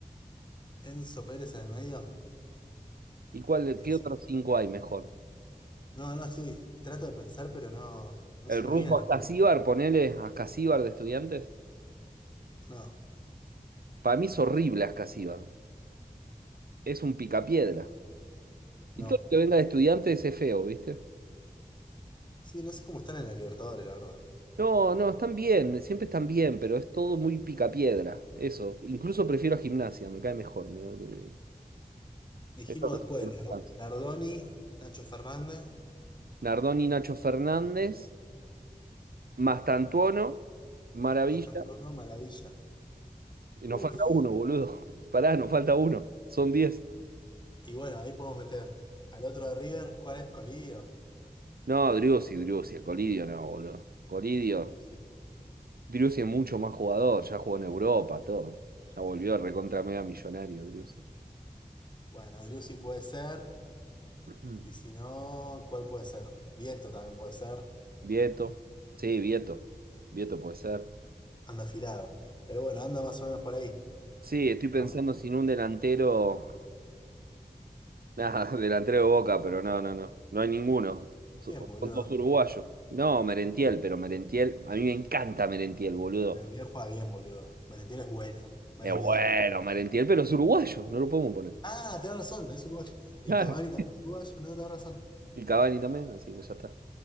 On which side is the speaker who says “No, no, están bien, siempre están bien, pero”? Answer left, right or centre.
Right